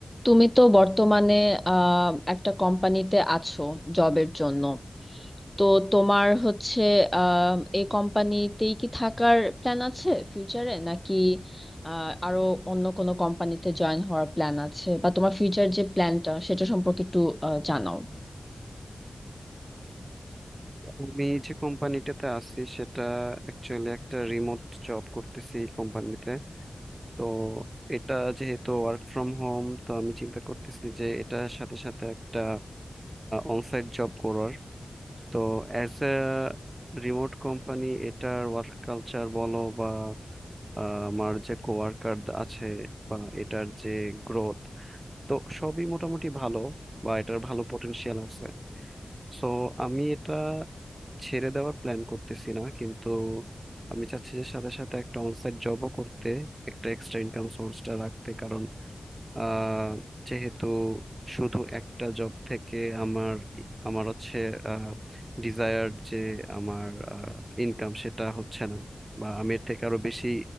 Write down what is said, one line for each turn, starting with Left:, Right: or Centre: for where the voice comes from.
Centre: তুমি তো বর্তমানে আহ, একটা কোম্পানিতে আছো জবের জন্য তো তোমার হচ্ছে আহ, এই কোম্পানিতেই কি থাকার প্ল্যান আছে ফিউচারে নাকি আহ, আরো অন্য কোনো কোম্পানিতে জয়েন হওয়ার প্ল্যান আছে বা তোমার ফিউচার যে প্ল্যানটা সেটা সম্পর্কে একটু আহ, জানাও
Right: আমি যে কোম্পানিটাতে আছি সেটা অ্যাকচুয়ালি একটা রিমোট জব করতেছি এই কোম্পানিতে তো এটা যেহেতু ওয়ার্ক ফ্রম হোম তো আমি চিন্তা করতেছি যে এটার সাথে সাথে একটা অনসাইট জব করার তো অ্যাজ এ রিমোট কোম্পানি এটার ওয়ার্ক কালচার বলো বা আহ, আমার যে কোয়ার্কার আছে বা এটার যে গ্রোথ তো সবই মোটামুটি ভালো বা এটার ভালো পটেনশিয়াল আছে সো আমি এটা ছেড়ে দেওয়ার প্ল্যান করতেছি না কিন্তু আমি চাচ্ছি যে সাথে সাথে একটা অনসাইট জবও করতে একটা এক্সট্রা ইনকাম সোর্সটা রাখতে কারণ আহ, যেহেতু শুধু একটা জব থেকে আমার আমার হচ্ছে ডিজায়ার যে আমার ইনকাম সেটা হচ্ছে না বা আমি এর থেকে আরো বেশি